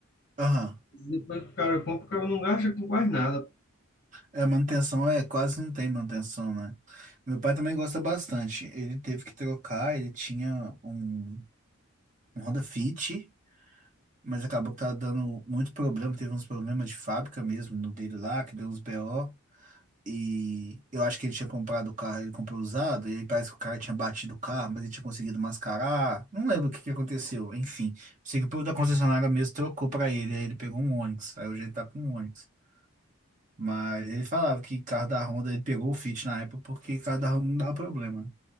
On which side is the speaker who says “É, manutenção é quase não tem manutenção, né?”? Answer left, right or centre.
Right